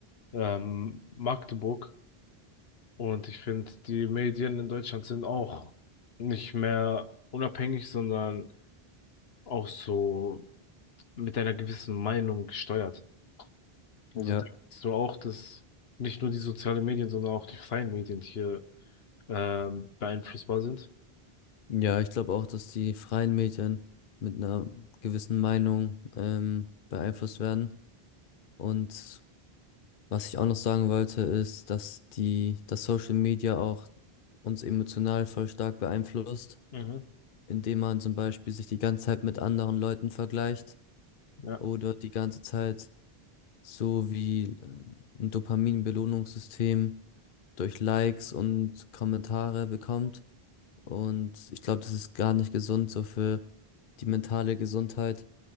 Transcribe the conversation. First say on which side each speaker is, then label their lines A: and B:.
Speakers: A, on the left (about 75°); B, on the left (about 60°).
A: ähm, Magdeburg. Und ich finde, die Medien in Deutschland sind auch nicht mehr unabhängig, sondern auch so mit einer gewissen Meinung gesteuert. Also
B: Ja.
A: denkst du auch, dass nicht nur die sozialen Medien, sondern auch die freien Medien hier ähm, beeinflussbar sind?
B: Ja, ich glaube auch, dass die freien Medien mit einer gewissen Meinung ähm, beeinflusst werden. Und was ich auch noch sagen wollte, ist, dass die, dass Social Media auch uns emotional voll stark beeinflusst,
A: Mhm,
B: indem man zum Beispiel sich die ganze Zeit mit anderen Leuten vergleicht
A: ja.
B: oder die ganze Zeit so wie äh, ein Dopamin-Belohnungssystem durch Likes und Kommentare bekommt. Und ich glaube, das ist gar nicht gesund so für die mentale Gesundheit,